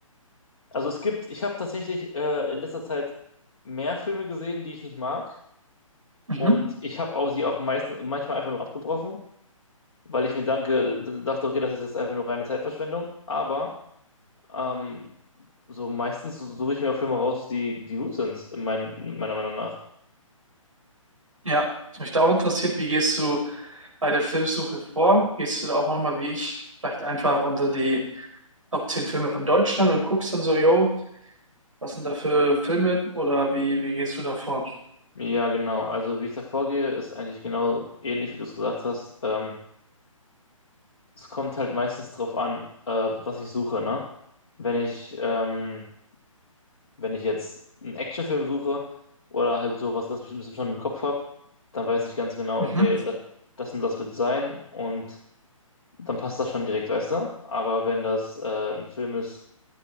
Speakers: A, on the left; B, on the right.
A: also es gibt, ich habe tatsächlich äh, in letzter Zeit mehr Filme gesehen, die ich nicht mag.
B: Mhm.
A: Und ich habe auch sie auch meistens, manchmal einfach nur abgebrochen, weil ich mir danke, dachte, okay, das ist jetzt einfach nur reine Zeitverschwendung. Aber Ähm, so meistens su- suche ich mir auch Filme raus, die, die gut sind, in mein, meiner Meinung nach.
B: Ja, was mich da auch interessiert, wie gehst du bei der Filmsuche vor? Gehst du da auch manchmal wie ich vielleicht einfach unter die Top 10 Filme von Deutschland und guckst dann so, yo, was sind da für Filme oder wie, wie gehst du da vor?
A: Ja, genau. Also wie ich da vorgehe, ist eigentlich genau ähnlich, wie du es gesagt hast. Ähm, es kommt halt meistens drauf an, äh, was ich suche, ne? Wenn ich, ähm, wenn ich jetzt einen Actionfilm suche oder halt so was ganz Bestimmtes schon im Kopf habe, dann weiß ich ganz genau,
B: Mhm.
A: okay, das, das und das wird sein und dann passt das schon direkt, weißt du? Aber wenn das äh, ein Film ist,